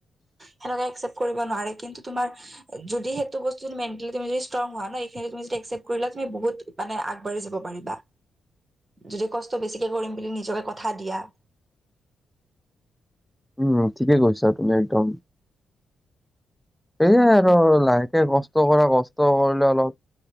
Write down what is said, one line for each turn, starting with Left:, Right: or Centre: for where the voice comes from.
Right: সেনেকে একচেপ্ট কৰিব নোৱাৰে কিন্তু তোমাৰ যদি সেইটো বস্তু মেণ্টেলিটি তুমি যদি ষ্টং হোৱা ন এইখিনি তুমি যদি একচেপ্ট কৰিলা তুমি বহুত মানে আগবাঢ়ি যাব পাৰিবা যদি কষ্ট বেছিকে কৰিম বুলি নিজকে কথা দিয়া
Centre: উম ঠিকে কৈছা তুমি একদম। সেয়াই আৰু লাহেকে কষ্ট কৰা কষ্ট কৰিলে অলপ